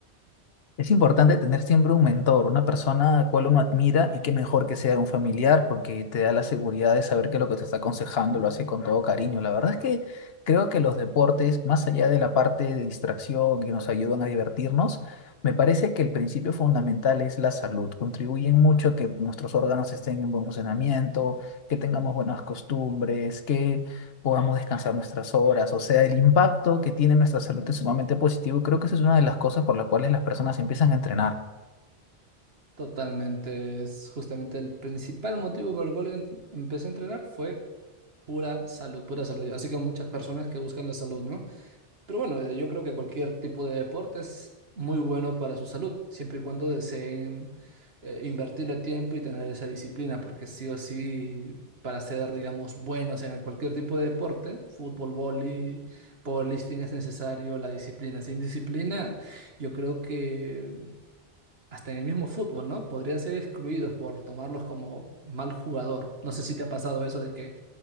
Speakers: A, on the left; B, on the right.
A: Es importante tener siempre un mentor, una persona a la cual uno admira y que mejor que sea un familiar porque te da la seguridad de saber que lo que te está aconsejando lo hace con todo cariño. La verdad es que creo que los deportes, más allá de la parte de distracción que nos ayudan a divertirnos, me parece que el principio fundamental es la salud. Contribuyen mucho a que nuestros órganos estén en buen funcionamiento, que tengamos buenas costumbres, que podamos descansar nuestras horas. O sea, el impacto que tiene en nuestra salud es sumamente positivo. Creo que esa es una de las cosas por las cuales las personas empiezan a entrenar.
B: Totalmente, es justamente el principal motivo por el cual em- empecé a entrenar fue pura salud, pura salud. Así que muchas personas que buscan la salud, ¿no? Pero bueno, eh, yo creo que cualquier tipo de deporte es muy bueno para su salud, siempre y cuando deseen eh, invertirle tiempo y tener esa disciplina, porque sí o sí, para ser, digamos, buenos en cualquier tipo de deporte, fútbol, vóley, powerlifting, es necesario la disciplina. Sin disciplina, yo creo que hasta en el mismo fútbol, ¿no? Podrían ser excluidos por tomarlos como mal jugador. No sé si te ha pasado eso de que